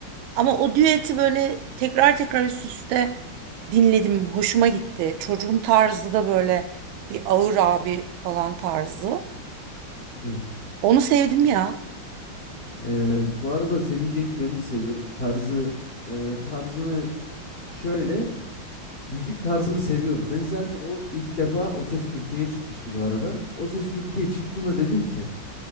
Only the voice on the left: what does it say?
evet.
Ee, bu arada Semih Cenk'i ben de seviyorum. Tarzı e, tarzını şöyle müzik tarzını seviyorum. Ben zaten o ilk defa O Ses Türkiye'ye çıkmıştı bu arada. O Ses Türkiye çıktığında dedim ki